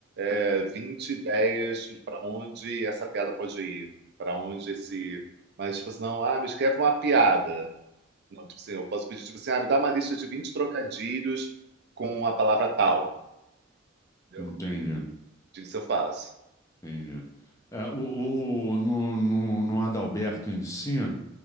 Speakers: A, on the right; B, on the left.
A: é, 20 ideias para onde essa piada pode ir, para onde esse. Mas, tipo assim, não, ah, me escreve uma piada. Não, tipo assim, eu posso pedir, tipo assim, ah, me dá uma lista de 20 trocadilhos com a palavra tal, entendeu?
B: Entendi,
A: Isso eu faço.
B: entendi. É, o, o, no, no, no Adalberto em si,